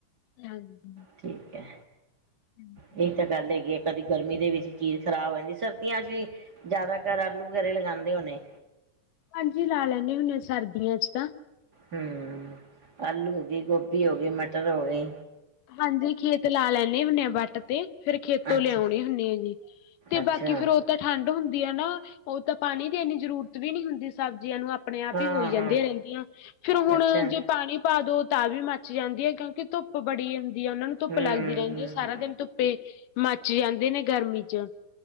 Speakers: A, on the left; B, on the right.
A: ਹਾਂਜੀ।
B: ਠੀਕ ਹੈ।
A: <unintelligible>
B: ਇਹ ਤਾਂ ਗੱਲ ਹੈਗੀ ਹੈ ਕਦੀ ਗਰਮੀ ਦੇ ਵਿੱਚ ਚੀਜ਼ ਖ਼ਰਾਬ ਹੋ ਜਾਂਦੀ ਸਰਦੀਆਂ ਚ ਵੀ ਜ਼ਿਆਦਾਤਰ ਆਲੂ ਵਗੈਰੇ ਲਗਾਉਂਦੇ ਹੋਣੇ
A: ਹਾਂਜੀ ਲਾ ਲੈਂਦੇ ਹੁੰਣੇ ਅਸੀਂ ਸਰਦੀਆਂ ਚ ਤਾਂ
B: ਹੂੰ ਆਲੂ ਹੋ ਗਈ ਗੋਭੀ ਹੋ ਗਈ ਮਟਰ ਰ ਗ
A: ਹਾਂਜੀ ਖੇਤ ਲਾ ਲੈਦੇ ਹੁਨੇ ਵੱਟ ਤੇ ਫੇਰ ਖੇਤੋਂ
B: ਅੱਛਾ
A: ਲਿਆਉਣੇ ਹੁੰਦੇ ਆ ਜੀ ਤੇ
B: ਅੱਛਾ
A: ਬਾਕੀ ਫੇਰ ਉਹ ਤਾਂ ਠੰਢ ਹੁੰਦੀ ਦੀ ਨਾ ਉਹ ਤਾਂ ਪਾਣੀ ਦੀ ਇੰਨੀ ਜ਼ਰੂਰਤ ਵੀ ਨਹੀਂ ਹੁੰਦੀ ਸਬਜ਼ੀਆਂ ਨੂੰ ਆਪਣੇ ਆਪ
B: ਹਾਂ
A: ਹੀ ਹੋਈ ਜਾਂਦੀਆਂ
B: ਹਾਂ
A: ਰਹਿੰਦੀਆਂ ਫੇਰ ਹੁਣ
B: ਅੱਛਾ
A: ਜੇ ਪਾਣੀ ਪਾ ਦੋ ਤਾਂ ਵੀ ਮੱਚ ਜਾਂਦੀ ਹੈ ਕਿਉਂਕਿ ਧੁੱਪ ਬੜੀ ਉਹਨਾ ਨੂੰ ਧੁੱਪ
B: ਹਮ
A: ਲੱਗਦੀ ਰਹਿੰਦੀ
B: ਹਮ
A: ਹੈ ਸਾਰਾ ਦਿਨ ਧੁੱਪੇ ਮੱਚ ਜਾਂਦੇ ਨੇ ਗਰਮੀ। ਚ